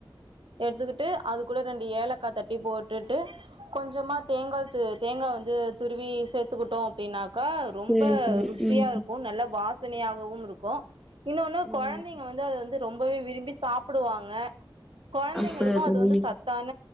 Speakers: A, on the right; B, in the centre.
A: எடுத்துக்கிட்டு அது கூட ரெண்டு ஏலக்கா தட்டி போட்டுட்டு கொஞ்சமா தேங்கா து தேங்கா வந்து துருவி சேத்துக்கிட்டோ அப்டினாக்கா ரொம்ப
B: சேரி தோழி
A: ருசியா
B: ம்
A: இருக்கு நல்ல வாசனையாகவு இருக்கு இன்னொன்னு
B: ம்
A: கொழந்தைங்க வந்து அத வந்து ரொம்பவே விரும்பி சாப்டுவாங்க கொழந்தைங்களுக்கு
B: அப்படியா தோழி
A: அது வந்து சத்தான